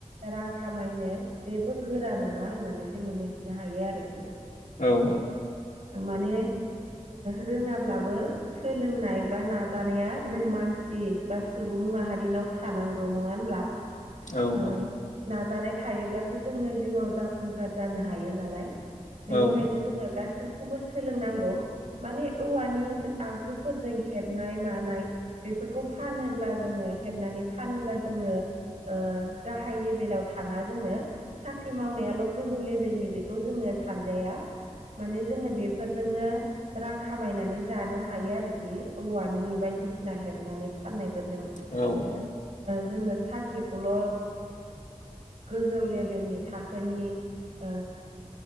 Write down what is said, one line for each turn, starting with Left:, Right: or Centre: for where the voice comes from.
Right: रां खामायनो जेबो गोरा नङा होननानै जोङो मिथिनो हायो आरोखि
Left: औ औ।
Right: माने रोङाब्लाबो सोलोंनाय बा नाजानाया जों मानसि बा सुबुं सुबुं माहारिनाव थानांगौ नङा होनब्ला?
Left: औ
Right: ओ
Left: औ
Right: नाजानाय थायोब्लासो जोङो जिउआव जाफुंसार जानो हायो नालाय। बेनिखायनो
Left: औ
Right: जोङो गासिबखौबो सोलोंनांगौ। माने औवानि आगजुफोरजों हेबनाय मानाय बेफोरखौ फानोब्ला जों ओ हेबनानै फानोब्ला जोङो ओ गाहाय लेभेलाव थाङा जोङो। साख्रि मावनायाल' गोजौ लेभेलनि बेखौ जोङो सानजाया माने जोङो बेफोरजोंनो रां खामायनानै जानो हायो आरोखि औवानि बायदिसिना हेबनानै फाननाय फोरजों
Left: औ
Right: जोङो साख्रि खौल' गोजौ लेभेलनि थाखोनि ओ